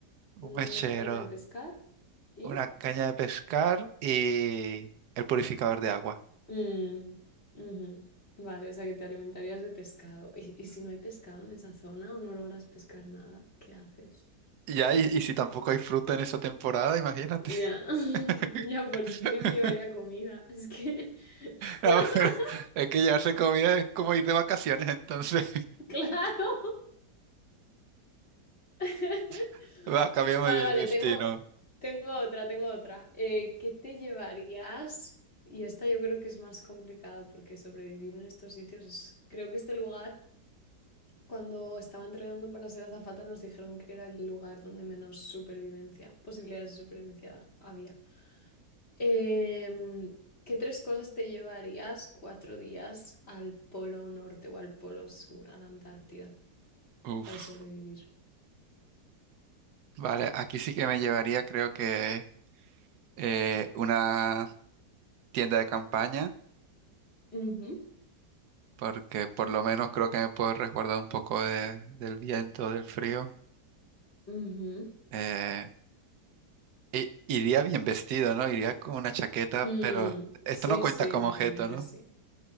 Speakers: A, on the left; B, on the right.
A: una
B: un mechero,
A: caña de pescar y...
B: una caña de pescar y el purificador de agua.
A: Mm, ujú. Vale, o sea, que te alimentarías de pescado. ¿Y, y si no hay pescado en esa zona o no logras pescar nada, qué haces?
B: Ya, y, y si tampoco hay fruta en esa temporada, imagínate.
A: Ya, <laughs>
B: <laughs>
A: ya por
B: <laughs>
A: si me llevaría comida. Es que, <laughs>
B: No, pero es que llevarse comida es como ir de vacaciones, entonces
A: claro. <laughs>
B: <laughs> va, cambiamos
A: Vale,
B: de
A: vale,
B: destino.
A: tengo, tengo otra, tengo otra. Eh, ¿qué te llevarías? Y esta yo creo que es más complicada porque sobrevivir en estos sitios es... Creo que este lugar, cuando estaba entrenando para ser azafata, nos dijeron que era el lugar donde menos supervivencia, posibilidades de supervivencia había. Em, ¿qué tres cosas te llevarías cuatro días al polo norte o al polo sur, a la Antártida,
B: Uf,
A: para sobrevivir?
B: vale, aquí sí que me llevaría, creo que eh, una tienda de campaña,
A: Ujú.
B: porque por lo menos creo que me puedo resguardar un poco de- del viento, del frío.
A: ujú.
B: Eh, i- iría bien vestido, ¿no? Iría con una chaqueta,
A: Mm,
B: pero esto
A: sí,
B: no cuenta
A: sí,
B: como
A: realmente
B: objeto, ¿no?
A: sí.